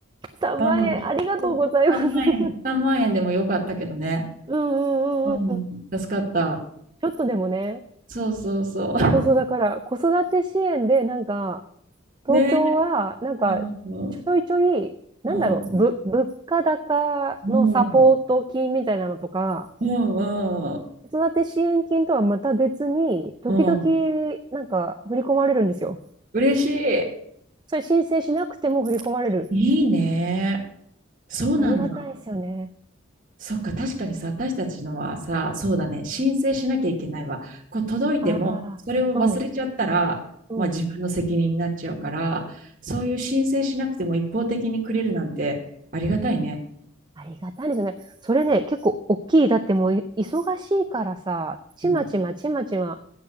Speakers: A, on the right; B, on the right.
A: 3万円、
B: うん。
A: ありがとうございます。
B: そう3万円、
A: <laughs>
B: 3万円でもよかったけどね。
A: うんうんうんうん。
B: うん。
A: ち
B: 助かった。
A: ょっとでもね、
B: そうそうそ
A: そうそう、だから子育て支援で、なんか、東京は、
B: う。<laughs> ねえ。
A: なんか、
B: う
A: ちょいちょい、
B: ん。
A: なんだろう、
B: うん。
A: ぶ、物価高のサポート金みたいなのとか、
B: うん。うん。うん。
A: 子育て支援金とはまた別に、時々、
B: うん
A: なんか、振り込まれるんですよ。
B: 嬉しい。
A: それ申請しなくても振り込まれる。
B: いいね。そうなんだ。
A: ありがたいですよね。
B: そっか、確かにさ、私たちのはさ、そうだね、申請しなきゃいけないわ。こう届いても、
A: あ
B: それを忘れちゃったら、
A: あ、うん、うん。
B: まあ、自分の責任になっちゃうから、そういう申請しなくても一方的にくれるなんてありがたいね。
A: ありがたいですよね。それね、結構大きい。だってもうい、忙しいからさ、ちまちまちまちま、
B: うん。